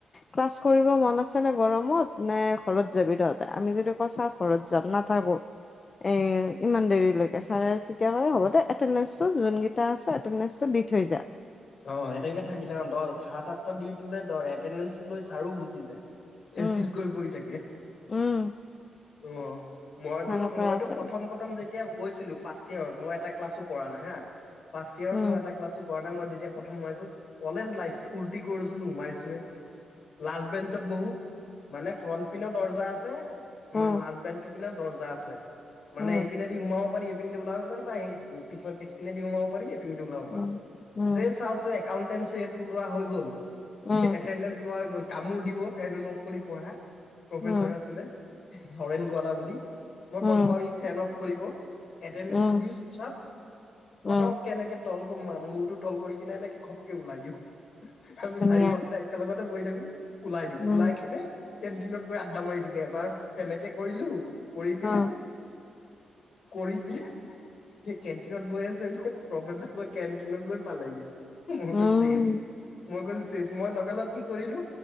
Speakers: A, on the left; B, on the left.
A: ক্লাছ কৰিব মন আছে নে গৰমত নে ঘৰত যাবি তহঁতে আমি যদি ক চা ঘৰত যাম নাথাকো এ ইমান দেৰি তে হ'ব যোন আ দি থৈ য
B: অ সেনেকে থাকিলে অ দহ সাত সাতটা দি দিলে এটেণ্ডেন্ঞ্চটো লৈ ছাৰো গুচি যায়
A: উম
B: এচিিতকৈ পৰি থাকে
A: উম
B: অ মইতো
A: সেনেকুৱা
B: মইতো
A: আছে
B: প্ৰথম প্ৰথম যেতিয়া এতিয়া গৈছিলো ফাৰ্ষ্ট ইয়েৰত মই এটা ক্লাছো কৰা নাই হা পাৰ্ষ ইয়েৰত
A: উম
B: মই এটা ক্লাছো কৰা নাই মই এতিয়া প্ৰথম সোমাইছো কলেজ লাইফ ফূুৰ্তি কৰছোন সোমাইছৱে লাল বেনঞ্চ বহু মানে ফ্ৰণ্ট পনৰত দৰ্জা আছে
A: উম
B: তাৰ লাষ্ট বে পিা দহ া আছে মানে
A: উম
B: এইপিনেদি সোমাব পাৰি ন্ ওলাব পা পিছ পিনে দিওঁ ম প পিন্ধি ওলাব পাৰি।
A: উম উম
B: যে চাওঁচ একাউণ্ট <unintelligible> লোৱা হৈ গ'ল
A: উম
B: এটেনডেন্স <unintelligible> কামোৰ দিব ফেন ন অফ কৰি পঢ়াই। প্ৰফেচাৰ
A: উম।
B: আছিলে। হৰেণ গোৱালা বুলি। মই
A: উম,
B: গম পাও ই ফেন অফ কৰিব। এটেনডেন্সটো
A: উম,
B: দিওঁ চুপ চাপ, পটককে
A: উম,
B: এনেকে তল মু মাম মুৰটোত তল কৰি কিনে এনেকে খপকে ওলাই দিম। আমি
A: ধুনীয়া
B: চাৰি পাঁচটা একেলগতে বহি থাকো। ওলাই দিওঁ ওলাই
A: উম,
B: কিনে কেণ্টিনত গৈ আড্ডা মাৰি দিওঁগে, এবাৰ তেনেকে কৰিলো। কৰি পিনে
A: অ',
B: কৰি পিনে সেই কেণ্টিনত বৈ আছে, প্ৰফেচত গৈ কেনটিনত গৈ, পালেগে। মই
A: উম,
B: কৈছোঁ চেছ, মই কৈছোঁ চেছ। মই লগে লগ কি কৰিলো,